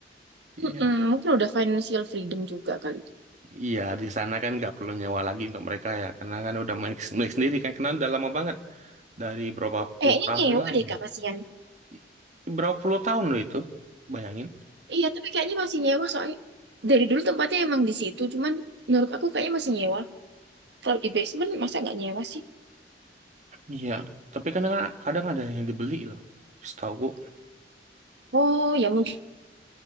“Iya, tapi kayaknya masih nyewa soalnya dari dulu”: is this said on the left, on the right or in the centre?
Right